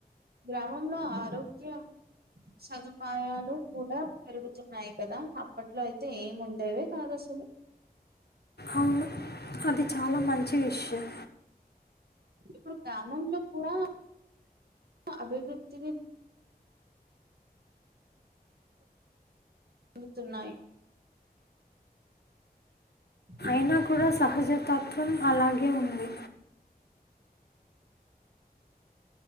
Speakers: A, on the right (about 75°); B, on the left (about 85°).
A: గ్రామంలో ఆరోగ్య సదుపాయాలు కూడా పెరుగుతున్నాయి కదా అప్పట్లో అయితే ఏము ఉండేవే కాదు అసలు
B: అవును అది చాలా మంచి విషయం
A: ఇప్పుడు గ్రామంలో కూడా అభివృద్ధిని చెందుతున్నాయి హ
B: అయినా కూడా సహజతత్వం అలాగే ఉంది